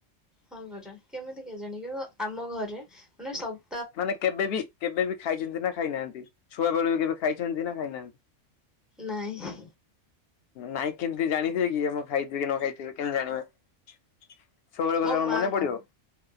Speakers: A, in the centre; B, on the left.
A: ହଁ ପରା କେମିତି କେଜାଣି କି ଆମ ଘରେ ମାନେ ସବ
B: ମାନେ କେବେ ବି କେବେ ବି ଖାଇଛନ୍ତି ନା ଖାଇନାହାନ୍ତି ଛୁଆ ବେଳୁ ବି କେବେ ଖାଇଛନ୍ତି ନା ଖାଇନାହା
A: ନାଇଁ।
B: ନାଇଁ କେମିତି ଜାଣିଥିବେ କି ଆମ ଖାଇଥିବେ କି ନ ଖାଇଥିବେ କେମିତି ଜାଣିବେ। ସବୁବେଳେ କଥା
A: ମୋ
B: କଣ
A: ମା
B: ମନେ ପଡିବ
A: କ